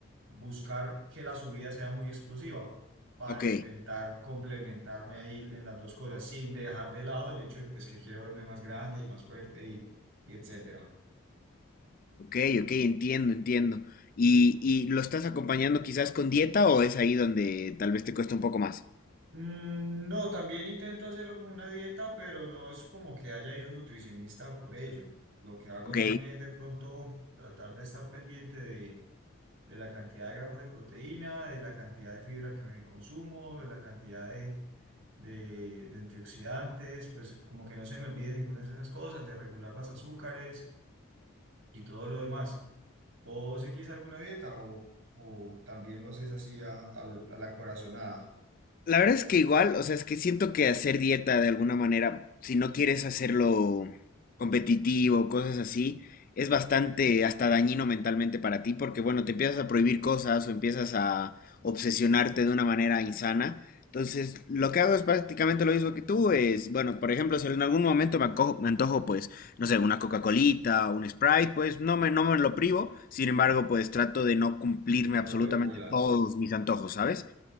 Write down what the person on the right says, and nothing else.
buscar que la subida sea muy explosiva para
intentar complementarme ahí en las dos cosas, sin dejar de lado el hecho de pues, que quiero verme más grande y más fuerte y, y etcétera.
Mm, No, también intento hacerlo con una dieta, pero no es como que haya ido un nutricionista por ello. Lo que hago
es más bien de pronto tratar de estar pendiente de de la cantidad de gramos de proteína, de la cantidad de fibra que me consumo, de la cantidad de, de, de antioxidantes, pues como que no se me olvide ninguna de esas cosas, de regular las azúcares y todo lo demás. ¿Vos seguís alguna dieta o, o también lo haces así a, al- a la corazonada?
Lo
regulas.